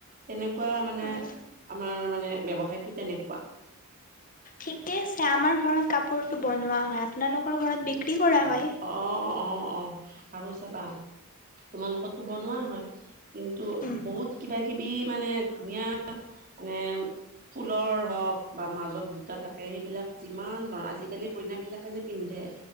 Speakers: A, on the right; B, on the left.
A: তেনেকুৱা মানে
B: অ',
A: আমাৰ মানে ব্যৱসায়টো তেনেকুৱা।
B: ঠিকে আছে আমাৰ ঘৰত কাপোৰটো বনোৱা হয়। আপোনালোকৰ ঘৰত বিক্ৰী কৰা হয়।
A: অঁ অঁ অঁ। আৰু চাবা তোমালোকতটো বনোৱাই হয়। কিন্তু
B: উম,
A: বহুত কিবা কিবি মানে ধুনীয়া মানে ফুলৰ হওক, বা মাজত বুটা থাকে সেইবিলাক যিমান ধৰণৰ আজিকালি কইনাবিলাকে যে পিন্ধে